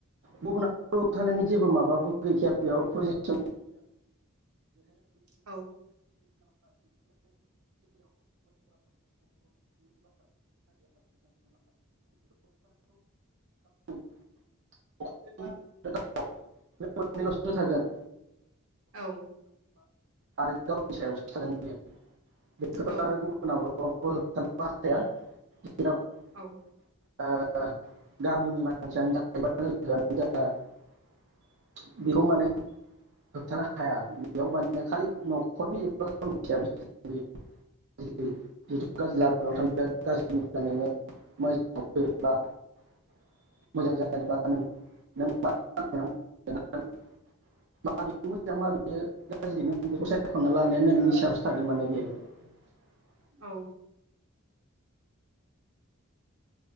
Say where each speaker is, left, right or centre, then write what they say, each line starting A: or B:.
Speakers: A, on the right (about 55°); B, on the right (about 80°).
A: गुबुना खौ होबथानायनि जेबो माबाबो गैखाया बेयाव प्रजेक्ट
B: औ
A: <unintelligible>
B: <unintelligible>
A: <unintelligible> <unintelligible> <unintelligible> द थागोन ।
B: औ।
A: आरो <unintelligible> बेखौथ
B: औ
A: आरो गुबुनाबो <unintelligible>
B: औ।
A: <unintelligible> <unintelligible>
B: औ।